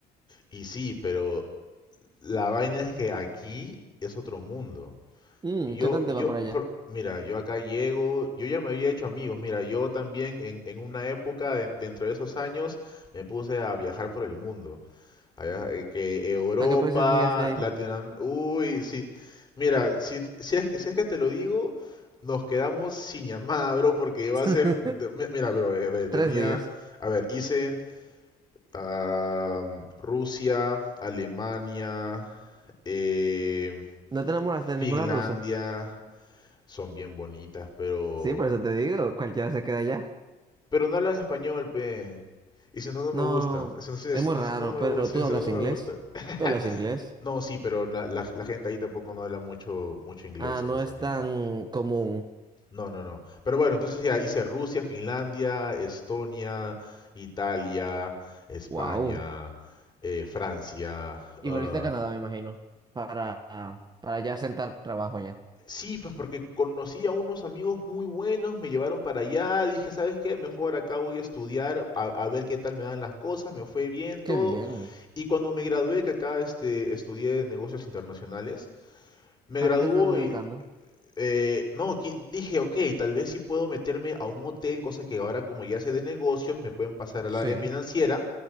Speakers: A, on the left (about 25°); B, on the right (about 25°).
A: Y sí, pero la vaina es que aquí es otro mundo.
B: Mm,
A: Yo,
B: ¿qué tal te
A: yo,
B: va por allá?
A: pero, mira, yo acá llego, yo ya me había hecho amigos, mira, yo también en, en una época, de- dentro de esos años, me puse a viajar por el mundo, a viaja- eh, que Europa,
B: ¿A qué países llegaste a ir?
A: Latinoamérica, uy, sí, mira, si, t- si es que, si es que te lo digo, nos quedamos sin llamada, bro, porque va
B: <laughs>
A: a ser, de- mi- mira, bro, eh, a ver, tenía,
B: Tres días.
A: a ver, hice ah, Rusia, Alemania, eh,
B: ¿No te enamoraste de
A: Finlandia.
B: ninguna rusa?
A: Son bien bonitas, pero...
B: Sí, por eso te digo, cualquiera se queda allá.
A: Pero no hablan español, pe. Y si no, no
B: No,
A: me gusta Eso no, si
B: es
A: si
B: muy
A: no,
B: raro,
A: si no, no
B: pero
A: me gusta.
B: tú
A: Si
B: hablas
A: si no, no
B: inglés.
A: me gusta. <laughs>
B: Tú hablas inglés.
A: No, sí, pero la, la- la gente ahí tampoco no habla mucho, mucho inglés,
B: Ah,
A: honestamente.
B: no es tan común.
A: No, no, no. Pero bueno, entonces ya hice Rusia, Finlandia, Estonia, Italia, España,
B: Wow.
A: eh, Francia,
B: Y
A: ah,
B: volviste a Canadá, me imagino, para, ah, para ya sentar trabajo ya.
A: Sí, pues porque conocí a unos amigos muy buenos, me llevaron para allá, dije, ¿sabes qué? Mejor acá voy a estudiar, a, a ver qué tal me dan las cosas, me fue bien todo.
B: Qué bien.
A: Y cuando me gradué, que acá este, estudié negocios internacionales, me
B: ¿A
A: graduó
B: qué te estás dedicando?
A: y, eh, no, qui- dije, ok, tal vez sí puedo meterme a un hotel, cosa que ahora como ya sé de negocios, me pueden pasar al
B: Sí.
A: área financiera,